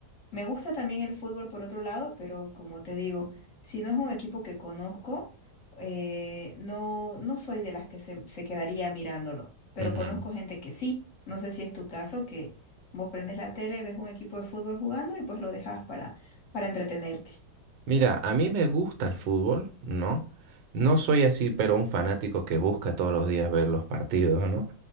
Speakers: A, on the left (about 50°); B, on the right (about 80°).
A: Me gusta también el fútbol por otro lado, pero como te digo, si no es un equipo que conozco, eh, no, no soy de las que se, se quedaría mirándolo, pero
B: Ujú.
A: conozco gente que sí. No sé si es tu caso, que vos prendes la tele, ves un equipo de fútbol jugando y pues lo dejas para, para entretenerte.
B: Mira, a mí me gusta el fútbol, ¿no? No soy así, pero un fanático que busca todos los días ver los partidos, ¿no?